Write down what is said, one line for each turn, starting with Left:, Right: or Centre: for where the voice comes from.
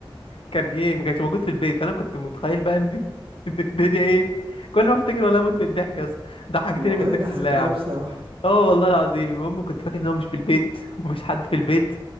Left: كان ايه ما كانش موجود في البيت انا كنت متخيل بقى ان <laughs> إن الدنيا ايه كل ما افتكر والله اموت من الضحك يا اسطى ضحكتني
Right: الموضوع
Left: منك
Right: يضحك
Left: لله يا
Right: قوي
Left: عم
Right: بصراحة
Left: اه والله العظيم المهم كنت فاكر ان هو مش في البيت <laughs> ومفيش حد في البيت